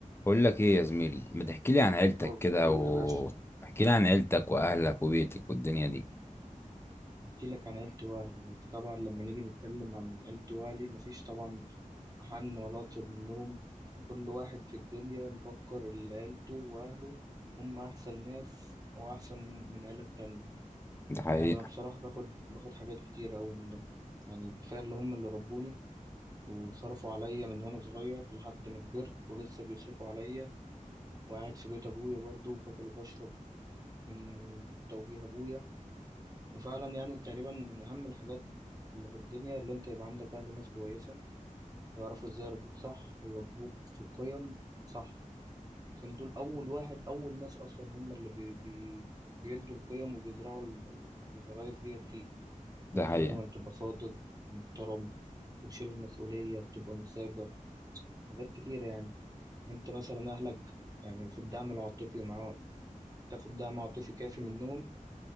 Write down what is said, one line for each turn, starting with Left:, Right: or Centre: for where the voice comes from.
Left: بقول لك ايه يا زميلي ما تحكي لي عن عيلتك
Right: قول
Left: كده و
Right: لي يا باشا
Left: احكي لي عن عيلتك واهلك وبيتك والدنيا دي
Right: احكي لك عن عيلة والي انت طبعا لما نيجي نتكلم عن عيلة والي مفيش طبعا أحن ولا أطيب منهم كل واحد في الدنيا مفكر إن عيلته وأهله هم أحسن ناس وأحسن من عيلة تانية
Left: ده حقيقة
Right: يعني أنا بصراحة باخد باخد حاجات كتير أوي منهم يعني كفاية اللي هم اللي ربوني وصرفوا عليا من وأنا صغير لحد ما كبرت ولسه بيصرفوا عليا وقاعد في بيت أبويا برضه وباكل وبشرب من توجيه أبويا وفعلا يعني تقريبا من أهم الحاجات اللي في الدنيا اللي أنت يبقى عندك أهل ناس كويسة ويعرفوا إزاي يربوك صح ويوجهوك في القيم صح عشان دول أول واحد أول ناس أصلا هم اللي بي بي بيدوا القيم وبيزرعوا ال- الغرايز ديت فيك
Left: ده
Right: أنت
Left: حقيقة
Right: لازم تبقى صادق محترم وتشيل المسؤولية وتبقى مثابر حاجات كتيرة يعني أنت مثلا أهلك يعني في الدعم العاطفي مع تاخد دعم عاطفي كافي منهم